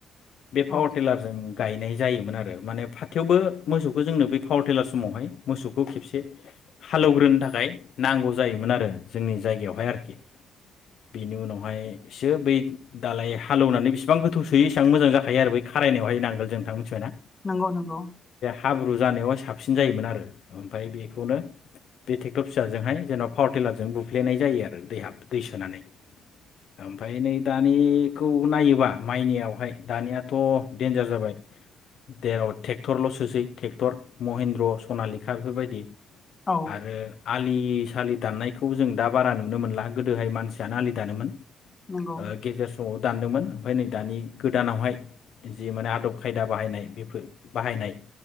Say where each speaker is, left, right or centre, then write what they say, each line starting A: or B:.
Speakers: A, on the left (about 65°); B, on the left (about 30°).
A: बे पावार
B: औ
A: टिलारजों गायनाय जायोमोन आरो माने फाथोयावबो मोसौखौ जोंनो बै पावार टेलार समावहाय मोसौखौ खेबसे हालौवग्रोनो थाखाय नांगौ जायोमोन आरो जोंनि जायगायावहाय आरोखि बेनि उनावहाय एसो बै दालाय हालेवनानै बेसिबां गोथौ सोयो इसेबां मोजां जा हायो आरो बै खारायनायावाय नांगोन जोंथां मिथिबाय ना
B: नंगौ नंगौ
A: हाब्रु जानायावहाय साबसिन जायोमोन आरो ओमफाय बेखौनो बे ट्रेक्टर फिसाजोंहाय जेनेबा पावार टिलारजों बुफ्लेनाय जायो आरो दैह दै सोनानै ओमफाय नै दानिखौ नायोबा माइनियावहाय दानियाथ' देन्जार जाबाय देर' थेक्टरल' सोसै थेक्टर महिन्द्र सनालिखा बेफोरबायदि
B: औ
A: आरो आलि सालि दाननायखौ जों दा बारा नुनो मोनला गोदोहाय मानसियानो आलि दानोमोन
B: नंगौ
A: ओ गेजेर समाव दानदोंमोन ओमफाय नै दानि गोदानावहाय जि माने आदब खायदा बाहायनाय बेफोर बाहायनाय